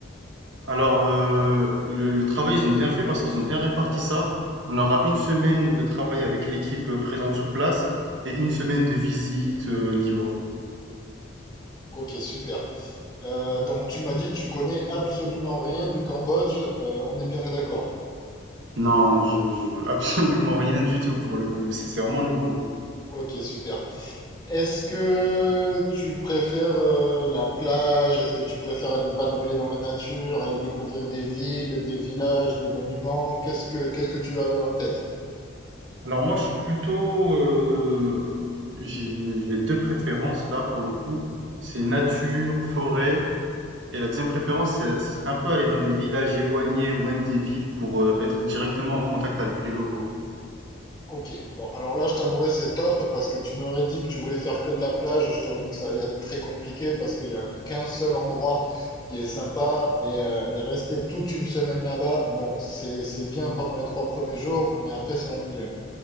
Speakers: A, on the right (about 65°); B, on the left (about 20°).
A: Alors, euh, le, le travail, ils ont bien fait parce qu'ils ont bien réparti ça. On aura une semaine de travail avec l'équipe euh, présente sur place et une semaine de visite euh, libre.
B: Ok, super. Euh, donc tu m'as dit que tu connais absolument rien du Cambodge, euh, on est bien d'accord.
A: Non, je, je- absolument rien du tout pour le coup, c'est c'est vraiment nouveau.
B: Ok, super. Est-ce que tu préfères euh, la plage? Est-ce que tu préfères aller vadrouiller dans la nature, aller découvrir des villes, des villages, des monuments? Qu'est-ce que qu'est-ce que tu as en tête?
A: Alors moi, je suis plutôt, euh, j'ai j'ai deux préférences là pour le coup. C'est nature, forêt. Et la deuxième préférence, c'est- ce serait un peu aller dans des villages éloignés ou même des villes pour euh, être directement en contact avec les locaux.
B: Ok, bon, alors là, je t'avouerai, c'est top parce que tu m'aurais dit que tu voulais faire que de la plage. Je t'aurais dit que ça allait être très compliqué parce qu'il n'y a qu'un seul endroit qui est sympa et, euh, et rester toute une semaine là-bas, bon, c'est, c'est bien pendant les trois premiers jours, mais après, c'est ennuyeux.